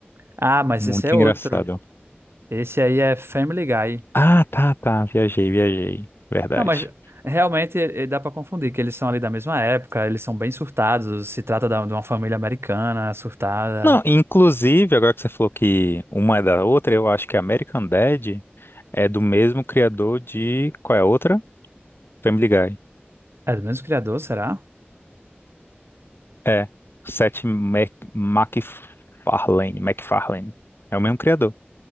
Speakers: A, on the right (about 75°); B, on the left (about 60°).
A: Ah, mas
B: Muito
A: esse é outro.
B: engraçado.
A: Esse aí é Family Guy.
B: Ah, tá, tá. Viajei, viajei. Verdade.
A: Não, mas realmente eh, dá pra confundir, que eles são ali da mesma época, eles são bem surtados. Se trata da- de uma família americana surtada.
B: Não, inclusive, agora que você falou que uma é da outra, eu acho que American Dad é do mesmo criador de. Qual é a outra? Family Guy.
A: É do mesmo criador, será?
B: É. Seth Mac... MacFarlane. MacFarlane. É o mesmo criador.